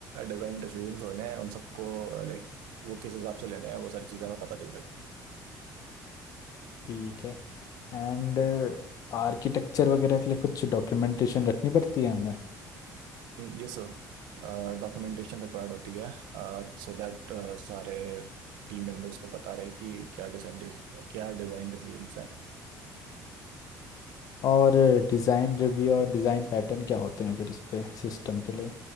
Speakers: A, on the right; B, on the left.
A: डिज़ाइन डिसीजंस होने हैं उन सबको लाइक वो किस हिसाब से लेने हैं वो सारी चीज़ें हमें पता चल सके
B: ठीक है एंड आर्किटेक्चर वगैरह के लिए कुछ डॉक्यूमेंटेशन रखनी पड़ती है हमें
A: ये सर डॉक्यूमेंटेशन रिक्वायर्ड होती है सो दैट सारे टीम मेंबर्स को पता रहे कि क्या डिज़ाइन क्या डिज़ाइन डिसीजंस हैं
B: और डिज़ाइन रिव्यू और डिज़ाइन पैटर्न क्या होते हैं फिर इस पे सिस्टम के लिए